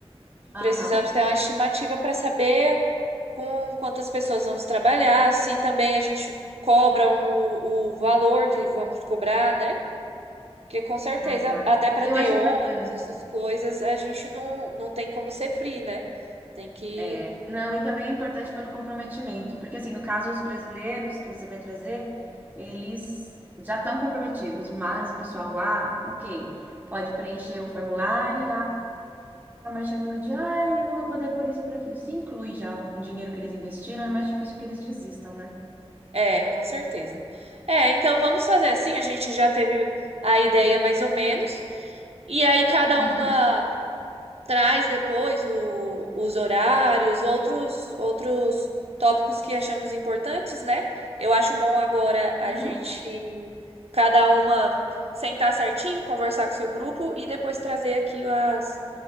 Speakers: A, on the right (about 15°); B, on the right (about 70°).
A: Aham,
B: Precisamos ter uma estimativa para saber. com quantas pessoas vamos trabalhar, se também a gente cobra um- o valor que vamos cobrar, né? Porque com certeza,
A: aham.
B: até para
A: Eu
B: ter
A: acho
B: ônibus,
A: importante.
B: essas coisas, a gente não, não tem como ser free, né? Tem que.
A: É, não, e também é importante pelo comprometimento, porque assim, no caso, os brasileiros que você vai trazer, eles já estão comprometidos, mas o pessoal lá, ok, pode preencher o formulário, ah, mas chegou no dia, ai, eu não vou poder por isso, por aquilo. Se inclui já um dinheiro que eles investiram, é mais difícil que eles desistam, né?
B: É, com certeza. É, então vamos fazer assim, a gente já teve a ideia mais ou menos. E aí cada
A: Uhum,
B: uma traz depois o- os horários, outros, outros tópicos que achamos importantes, né? Eu acho bom agora a
A: uhum.
B: gente, cada uma, sentar certinho, conversar com o seu grupo e depois trazer aqui as,